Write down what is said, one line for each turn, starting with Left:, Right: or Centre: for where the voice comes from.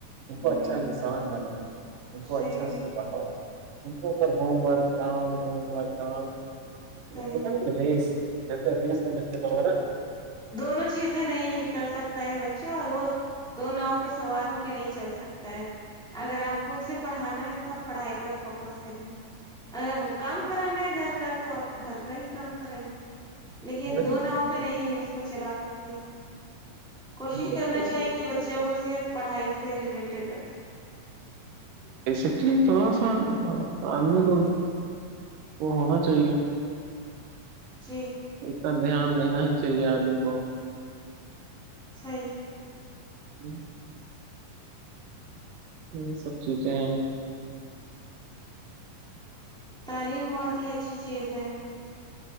Right: ان کو
Centre: ہوں
Right: اچھا انسان بنا ان کو
Centre: صحیح
Right: اچھا سے کہا ہو ان ہوم ورک ہو ورکں
Centre: صحیح
Right: ہوتا ن ریس جیسے ریس میں بچے تو وغیرہ
Centre: دونوں چیزیں نہیں کر سکتا ہے بچہ وہ دو ناؤ پہ سوار ہو کے نہیں چل سکتا ہے اگر آپ کو اسے پڑھانا ہے تو آپ پڑھائی پر فوکس کریے ا کام کرانا ہے گھر کا تو آپ گھر کا ہی کام کرائائی لیکن
Right: وہی
Centre: دو
Right: چیز
Centre: ناؤ پہ
Right: ہے،
Centre: نہیں اس چلا س کے کوشش
Right: نہیں
Centre: کرنا
Right: نہیں وہی
Centre: چاہے
Right: چیز
Centre: کہ بچوں
Right: ہے۔
Centre: کو صرف پڑھائی سے ریلیٹڈ رکھیں
Right: بیسکلی تھوڑا آدمی تو وہ ہونا چاہیے
Centre: جی
Right: س دھیان دینا ہی چاہیے آدمی کو
Centre: فی
Right: ہی یہ سب چوچیں ہیں
Centre: تعلیم بہت ہی اچھی چیز ہے